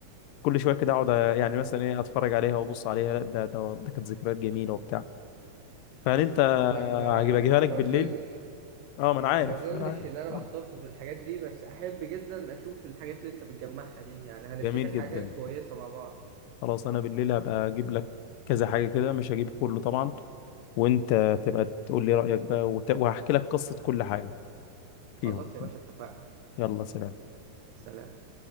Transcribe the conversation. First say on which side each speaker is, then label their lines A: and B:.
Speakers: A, on the left; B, on the right.
A: كل شويه كده اقعد أ- يعني مثلا ايه اتفرج عليها وابص عليها لا ده ده ده كانت ذكريات جميله وبتاع فهل انت
B: لا ما
A: هجيب اجيبها
B: ما
A: لك بالليل
B: اظنش
A: اه ما انا عارف
B: ما اظنش
A: ما انا عارف
B: ان انا بحتفظ
A: آه،
B: بالحاجات دي بس احب جدا اشوف الحاجات اللي انت بتجمعها دي يعني هنفتكر
A: جميل جدا
B: حاجات كويسة مع بعض
A: خلاص انا بالليل هبقى اجيب لك كذا حاجه كده مش هجيب كله طبعا وانت تبقى تقول لي رايك بقى وت- وهحكي لك قصه كل حاجه فيهم
B: خلاص يا باشا اتفقنا
A: يلا سلام
B: سلام